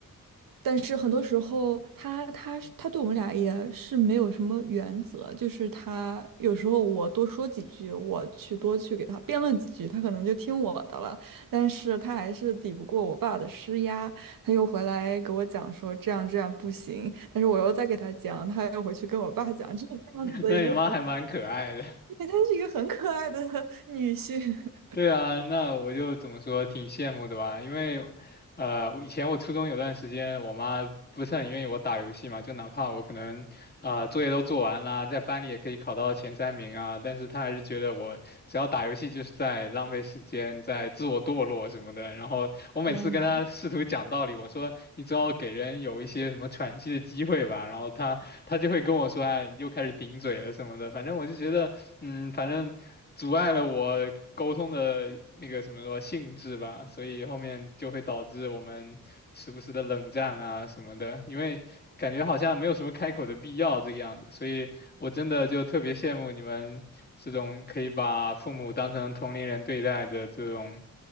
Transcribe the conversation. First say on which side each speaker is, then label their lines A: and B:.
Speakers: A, on the right; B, on the left.
A: 但是很多时候他，他他对我们俩也是没有什么原则，就是他有时候我多说几句，我去多去给他辩论几句，他可能就听我的了。但是他还是抵不过我爸的施压，他又回来给我讲说这样这样不行，但是我又再给他讲，他又回去跟我爸讲，就是这样子的一个
B: 那你妈还蛮可爱的。
A: 因为他是一个很可爱的女性。<laughs>
B: 对啊，那我就怎么说，挺羡慕的吧？因为，呃，我以前我初中有段时间，我妈不是很愿意我打游戏嘛，就哪怕我可能，啊作业都做完啦，在班里也可以考到前三名啊，但是她还是觉得我只要打游戏就是在浪费时间，在自我堕落什么的。然后我每次跟她试图讲道理，
A: 天呐！
B: 我说你总要给人有一些什么喘息的机会吧，然后她她就会跟我说，哎，你又开始顶嘴了什么的。反正我就觉得，嗯，反正。阻碍了我沟通的那个什么说性质吧，所以后面就会导致我们时不时的冷战啊什么的，因为感觉好像没有什么开口的必要这个样子，所以我真的就特别羡慕你们这种可以把父母当成同龄人对待的这种